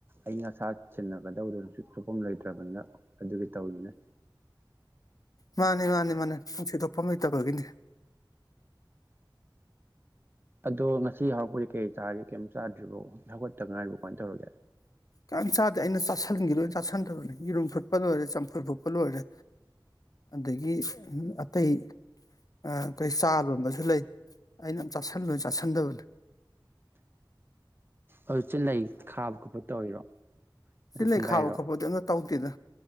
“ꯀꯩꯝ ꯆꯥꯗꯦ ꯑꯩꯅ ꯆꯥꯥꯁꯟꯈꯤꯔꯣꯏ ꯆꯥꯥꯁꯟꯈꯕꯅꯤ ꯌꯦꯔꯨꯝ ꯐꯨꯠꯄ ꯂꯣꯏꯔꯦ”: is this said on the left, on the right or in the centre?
Left